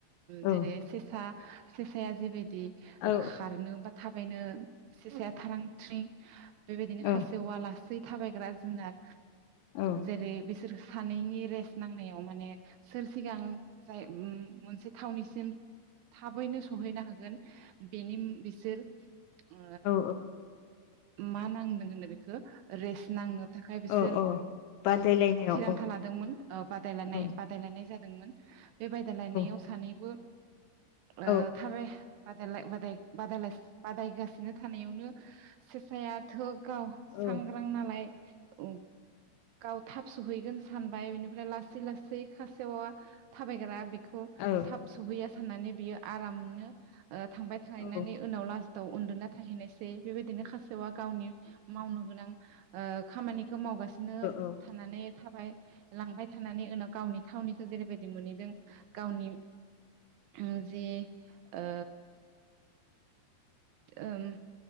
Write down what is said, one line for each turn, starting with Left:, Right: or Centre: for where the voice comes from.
Right: जेरै
Left: औ
Right: सेसा सेसाया जेरै बे
Left: औ
Right: खारनो बा थाबायनो सेसाया थारां थ्रिं बेबायदिनो
Left: औ
Right: खासेवा लास लासै थाबायग्रा जुनार
Left: औ
Right: जेरै बिसोर सानैनि रेस नांनायाव माने सोर सिगां जाय उम मोनसे थावनिसिम थाबैनो सहैनो हागोन। बेनिम बिसोर ओ
Left: औ
Right: मा नांदों होनो बेखौ रेस नांङो थाखाय बिसोर
Left: औ औ बादायलायनायाव
Right: थिरांथा
Left: औ
Right: लादोंमोन ओ बादालायनाय
Left: औ
Right: बादायलायनाय जा दोंमोन। बे बादायलायनायाव
Left: औ
Right: सानैबो ओ
Left: औ
Right: थारै बादायलाय बादाय बादायलास बादायगासिनो थानायावनो सेसेाया थोग गाव सांग्रां
Left: औ
Right: नालाय ओं गाव थाब सहैगोन सानबाय बिनि ब्रा लासै लासै खासेवा थाबायग्रा बिक खौ
Left: औ
Right: थाब सहैयासै साननानै बियो आरामनो ओ थांबाय
Left: औ
Right: थाहैनानै उनाव लास थाव उन्दुना थाहैनायस बे बेबायदिनो खासेवआ गावनि मावनो गोनां ओ खामानि खोे मावगासिनो
Left: औ
Right: थानानै थाबाय लांबाय थानानै उनाव गावनि थावनिखौ जेरैबायदि मोनहैदों गावनि उम जे ओ ओम